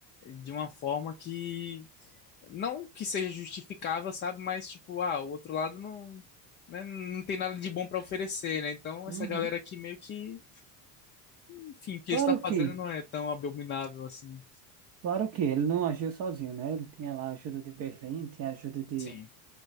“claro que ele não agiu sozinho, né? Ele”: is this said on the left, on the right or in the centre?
Right